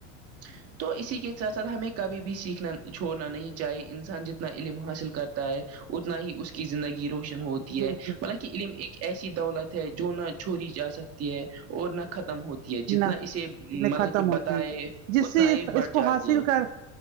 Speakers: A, on the right (about 40°); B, on the right (about 75°).
A: <inaudible> تو اسی کے ساتھ ساتھ ہمیں کبھی بھی سیکھنا چھوڑنا نہیں چاہیے انسان جتنا علم حاصل کرتا ہے اتنا ہی اس کی زندگی روشن ہوتی
B: بالکل
A: ہے بالانک علم ایک ایسی دولت ہے جو نہ چھوڑی جا سکتی ہے اور نہ ختم ہوتی جتنا
B: نہ
A: اسے مطلب
B: ختم
A: کہ
B: ہوتی
A: بتائے
B: ہے
A: اتنا
B: جس سے
A: یہ بڑھ
B: اس کو
A: جاتی
B: حاصل
A: ہے
B: کر